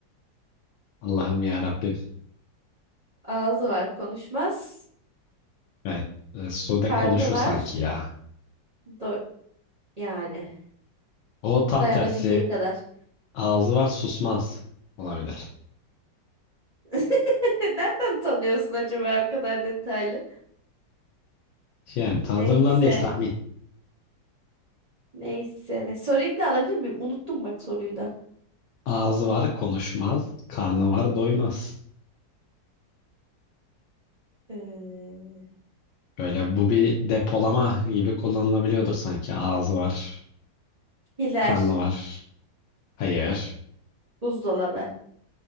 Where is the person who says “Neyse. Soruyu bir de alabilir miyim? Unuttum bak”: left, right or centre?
Right